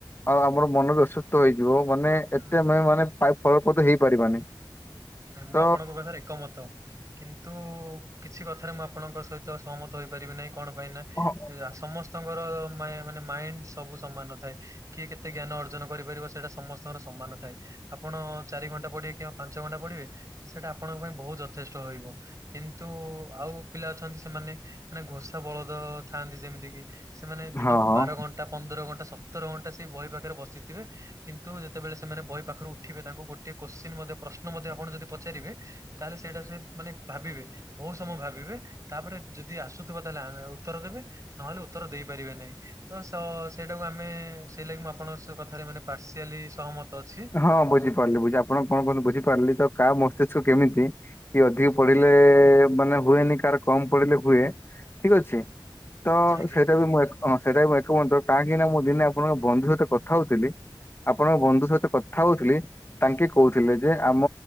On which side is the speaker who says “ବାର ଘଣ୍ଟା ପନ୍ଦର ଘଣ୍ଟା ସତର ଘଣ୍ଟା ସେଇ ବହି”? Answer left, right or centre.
Right